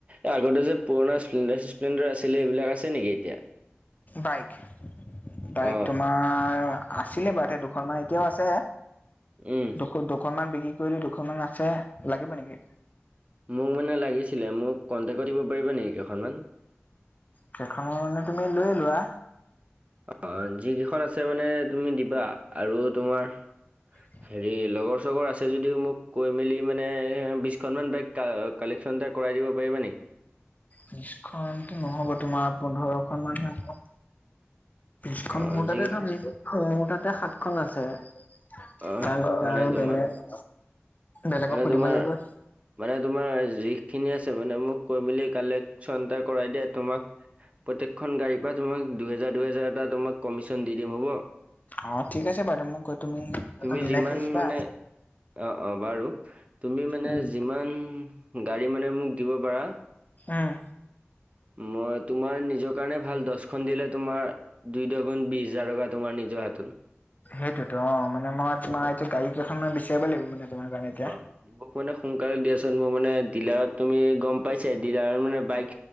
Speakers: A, on the right (about 30°); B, on the left (about 40°).
A: এ আগতে যে পুৰণা স্প্লেণ্ডাৰ চিপ্লেণ্ডাৰ আছিলে, সেইবিলাক আছে নেকি এতিয়া?
B: বাইক বাইক
A: অ',
B: তোমাৰ আছিলে বাৰু তে দুখনমান এতিয়াও আছে
A: উম,
B: দুখ দুখনমান বিক্ৰী কৰিলো দুখনমান আছে লাগিব নেকি?
A: মোক মানে লাগিছিলে মোক কণ্টেক্ট কৰি দিব পাৰিবা নেকি কেইখনমান
B: কেইখনমান মানে তুমি লৈ লোৱা
A: অ যিকেইখন আছে মানে তুমি দিবা আৰু তোমাৰ
B: <unintelligible>
A: হেৰি লগৰ চগৰ আছে যদিও মোক কৈ মেলি মানে বিশখনমান বাইক কা কালেকচন এটা কৰাই দিব পাৰিবা নেকি?
B: বিশখনটো নহ'ব তোমাৰ পোন্ধৰখন মানহে হ'ব বিশখন
A: অ',
B: মোৰ তাতেটো
A: যিকেইখন
B: মোৰতাতে সাতখন আছে তাৰপিছত
A: অ', মানে
B: আৰু
A: তোমাৰ
B: বেলেগ বেলেগক
A: মানে
B: সুধিব
A: তোমাৰ
B: লাগিব
A: মানে তোমাৰ যিখিনি আছে ছেভেন এমভ কৈ মেলি কালেক শ্বন চন এটা কৰাই দিয়া তোমাক প্ৰত্যেকখন গাড়ীৰ পৰাই তোমাক দুহেজাৰ দুহেজাৰ এটা তোমাক কমিশ্যন দি দিম হ'ব
B: অ ঠিক আছে বাৰু মোককৈ তুমি
A: তুমি
B: এটা মিলাই
A: যিমান
B: কৰি দিবা
A: মানে অ অ বাৰু তুমি মানে
B: উম
A: যিমান গাড়ী মানে মোক দিব পাৰা
B: উম
A: মই তোমাৰ নিজৰ কাৰণে ভাল দশখন দিলে তোমাৰ দুই দহ গুন বিশ হাজাৰ টকা তোমাৰ নিজৰ হাতত
B: সেইটোৱেটো অ মানে মই তোমাৰ এতিয়া গাড়ী কেইখনমান বিচাৰিব লাগিব মানে তোমাৰ কাৰণে এতিয়া
A: অ মোক মানে সোনকালে দিয়াচোন মোৰ মানে ডিলাৰত তুমি গম পাইছাই ডিলাৰত মানে বাইক